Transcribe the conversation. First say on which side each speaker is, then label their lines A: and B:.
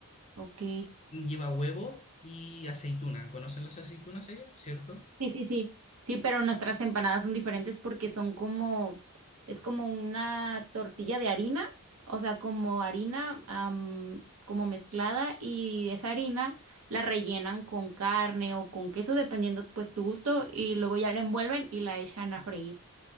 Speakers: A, on the right; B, on the left.
A: Ok.
B: Lleva huevo y aceituna. ¿Conocen las aceitunas ellas? ¿Cierto?
A: Sí, sí, sí. Sí, pero nuestras empanadas son diferentes porque son como, es como una tortilla de harina, o sea, como harina, am, como mezclada y esa harina la rellenan con carne o con queso, dependiendo pues tu gusto, y luego ya la envuelven y la echan a freír.